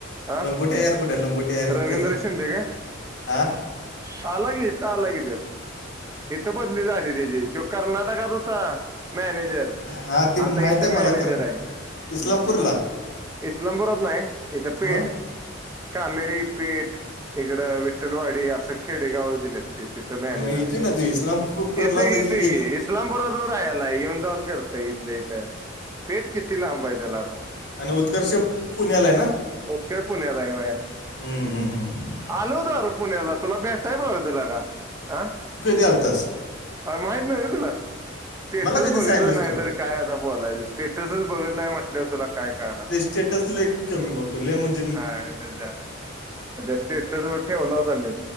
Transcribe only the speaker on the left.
लंगोट्या यार कुठे लंगोट्या यार
उदक्याचा
हां
हां ते
माहीत
आहे
मला कारण
इस्लामपूरला
मग
मग येतोय
ना तू इस्लामपूरलाच
येत
आणि उत्कर्ष पुण्याला आहे ना
हम्म हम हम
लतस
मला कधी
सांगितलंस
तू
चेटस ले कमी बघतो ले म्हणज